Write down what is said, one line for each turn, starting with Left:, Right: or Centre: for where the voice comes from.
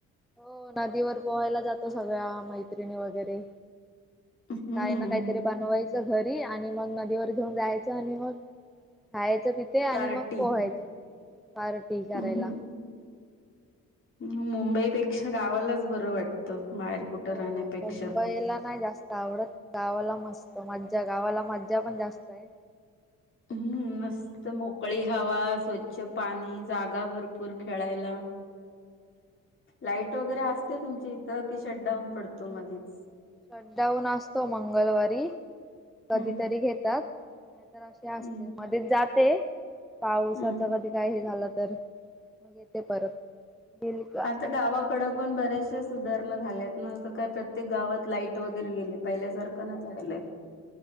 Centre: हो नदीवर पोहायला जातो, सगळ्या मैत्रिणी वगैरे.
Left: हम्म
Centre: काय ना काहीतरी बनवायचं घरी. आणि मग नदीवर घेऊन जायचं आणि मग. खायचं तिथे आणि
Left: पार्टी
Centre: मग पोहायचं. पार्टी करायला.
Left: हम्म. मुंबईपेक्षा गावालाच बरं वाटतं. बाहेर कुठं
Centre: हो. हो.
Left: राहण्यापेक्षा.
Centre: मुंबईला नाही जास्त आवडत, गावाला मस्त मज्या. गावाला मज्जा पण जास्त आहे.
Left: हम्म मस्त मोकळी हवा, स्वच्छ पाणी, जागा भरपूर खेळायला. लाईट. वगैरे असते तुमची इथं की शटडाऊन पडतो मध्येच.
Centre: शटडाऊन असतो मंगलवारी कधीतरी
Left: हम्म.
Centre: घेतात. तर अशे असते
Left: हम्म
Centre: मध्ये जात ते पावसाच
Left: हम्म
Centre: कधी काय हे झालं तर मग येते परत गेली का
Left: आता गावाकडं पण बऱ्याचशा सुधारणा झाल्यात ना, त काय प्रत्येक गावात लाईट वगैरे गेली पहिल्यासार क नाई राहिलय,
Centre: हो